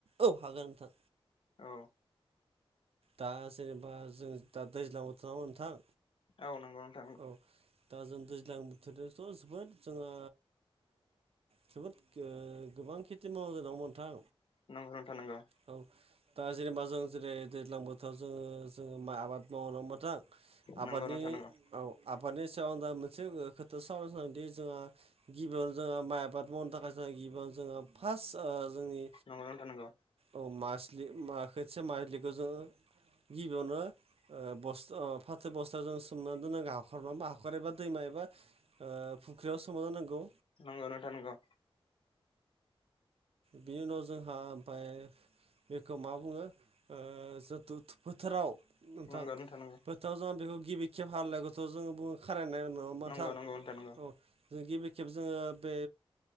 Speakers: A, on the right; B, on the left.
A: औ हागोन नोंथां
B: औ
A: दा जेनेबा जों दा दैज्लां बोथोर नामा नोंथां
B: औनांगौ थां
A: औ दा जों दैज्लां बोथोरजोंथ जोबोद जोंङो जोबोद गोबां खेथि मावजा दांग नोंथां
B: नोंगौ नोंथां नोंगौ
A: औ दा जेनेबा जों जेरै दैज्लां बोथोराव जोंङो जोंङो माइ आबाद मावलांबाय नोंथां आबादनि
B: नंगौ नोंथां नंगौ।
A: औ आबादनि सायाव मोनसे खोथा सावरायनो सानदोंदि जोंहा गिबियावनो जोंहा माइ आबाद मावनो थाखाय जोंहा गिबियावनो जोंहा फार्स्ट जोंनि
B: नंगौ नोंथां नंगौ
A: औ मासलि खोसे मायलिखौ जोंङो गिबियावनो बस फाथै बस्थायाव जों सोमनानै दोनांगौ हाखरानानै बा हाखर हखर एबा दैमा एबा फुख्रियाव सोमना दोननांगौ
B: नंगौ नोंथां नोंगौ
A: बिनि उनाव जोंहा ओमफाय बेखौ मा बुंङो जो फोथाराव नोंथां
B: नंगौ नंगौ।
A: बोथ जों बेखौ गिबि खेब हालनायखौथ जों बुङो खारायनाय नङा होमबा
B: नंगौ - नंगौ नोंथां नंगौ
A: औ जों गिबि खेब जोङो बे